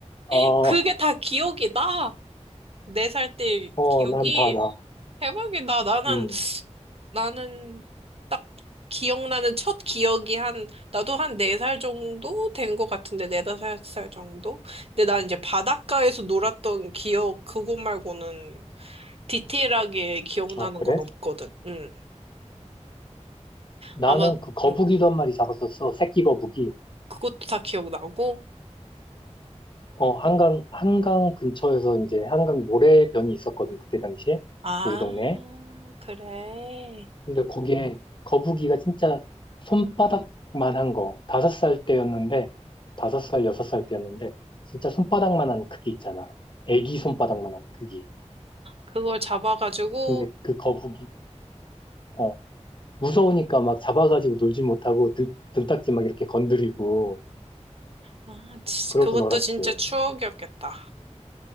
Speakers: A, on the left (about 40°); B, on the right (about 55°).
A: 어,
B: <gasps> 그게 다 기억이다. 네 살 때
A: 어,
B: 기억이
A: 난 다다.
B: 대박이다. 나는,
A: 음.
B: 나는 딱 기억나는 첫 기억이 한, 나도 한 네 살 정도 된 것 같은데, 네 다섯 살 정도? 근데 난 이제 바닷가에서 놀았던 기억, 그거 말고는 디테일하게 기억나는
A: 아, 그래?
B: 건 없거든. 응.
A: 나는
B: 아마,
A: 그 거북이도
B: 응.
A: 한 마리 잡았었어. 새끼 거북이.
B: 그것도 다 기억나고.
A: 어, 한강, 한강 근처에서 이제 한강 모래변이 있었거든. 그때 당시에.
B: 아,
A: 우리 동네에.
B: 그래.
A: 근데 거기에 거북이가 진짜 손바닥만 한 거. 다섯 살 때였는데, 다섯 살, 여섯 살 때였는데, 진짜 손바닥만 한 크기 있잖아. 애기 손바닥만 한 크기.
B: 그걸 잡아가지고,
A: 근데 그 거북이, 어, 무서우니까 막 잡아가지고 놀지 못하고 등, 등딱지 막 이렇게 건드리고,
B: 아, 치-
A: 그러고
B: 그것도
A: 놀았지.
B: 진짜 추억이었겠다.